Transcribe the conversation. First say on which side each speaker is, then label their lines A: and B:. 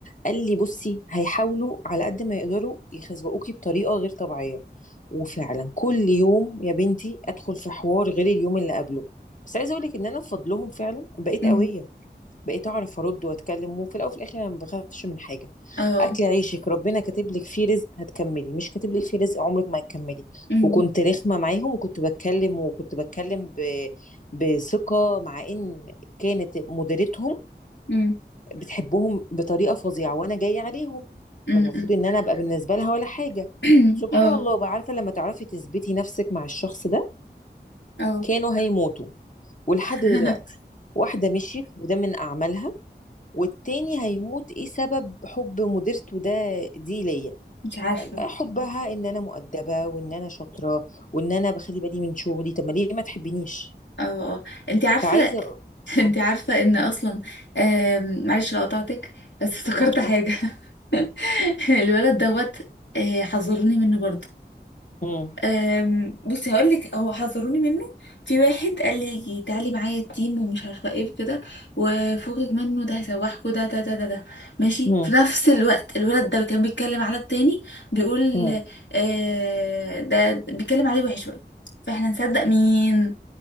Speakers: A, on the left; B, on the left.
A: قال لي بصي هيحاولوا على قد ما يقدروا يخزوقوكي بطريقه غير طبيعيه وفعلا كل يوم يا بنتي ادخل في حوار غير اليوم اللي قبله بس عايزه اقول لك ان انا بفضلهم فعلا بقيت
B: امم
A: قويه بقيت اعرف ارد واتكلم وفي الاول وفي الاخر انا ما بخافش من حاجه
B: اه
A: اكل عيشك ربنا كاتب لك فيه رزق هتكملي مش كاتب لك فيه رزق عمرك ما هتكملي
B: امم
A: وكنت رخمه معاهم وكنت بتكلم وكنت بتكلم ب... بثقه مع ان كانت مديرتهم
B: امم
A: بتحبهم بطريقة فظيعة وانا جاية عليهم
B: امم
A: فالمفروض ان انا ابقى بالنسبة لها ولا حاجة
B: <clears throat>
A: سبحان
B: اه
A: الله بقى عارفة لما تعرفي تثبتي نفسك مع الشخص ده
B: اه
A: كانوا هيموتوا ولحد
B: <laughs>
A: دلوقتي واحدة مشيت وده من اعمالها والتاني هيموت ايه سبب حب مديرته ده دي ليا
B: مش عارفه
A: حبها ان انا مؤدبة وان انا شاطرة وان انا بخلي بالي من شغلي طب ما ليه ما تحبنيش
B: اه اه انت عارفه
A: فعايزة
B: انت
A: اه
B: عارفة ان اصلا آم، معلش لو قطعتك بس افتكرت
A: لا براحتك
B: حاجة <laughs> الولد دوت آه، حذروني منه برضو
A: مم.
B: آم، بصي هقولك هو حذروني منه في واحد قال لي تعالي معايا التيم ومش عارفة ايه كده وفوقك منه ده هيسوحكوا ده ده ده ده ده ماشي
A: مم.
B: في نفس الوقت الولد ده كان بيتكلم على التاني بيقول
A: مم.
B: آه، ده بيتكلم عليه وحش بقى فاحنا نصدق مين